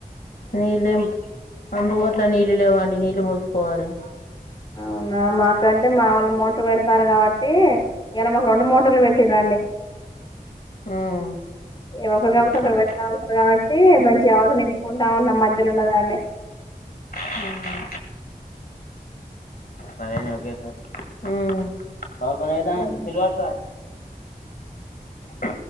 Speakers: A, on the left; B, on the left.
A: నీళ్ళం అందుకోట్ల నీళ్ళు లేవండి నీళ్ళు పోసుకోవాలే
B: అవునా మాకంటే మా వాళ్ళు మోట పెడతారు కాబట్టి ఇడ మాకు రెండు మోట ఇబ్బంది పెట్టీరాండి
A: ఉమ్.
B: ఏ ఒకరు
A: చూడు
B: కాకపోతే
A: ఎన్ని
B: ఒకరు
A: ఉన్నాయి.
B: పెడతా అతారు కాబట్టి మంచి అవస నింపుకుంటా ఉన్నాం మధ్యలో ఉన్న దాన్ని
A: హ్మ్ పర ఓకే సార్ హ్మ్ మాసం
B: ఉమ్.
A: అ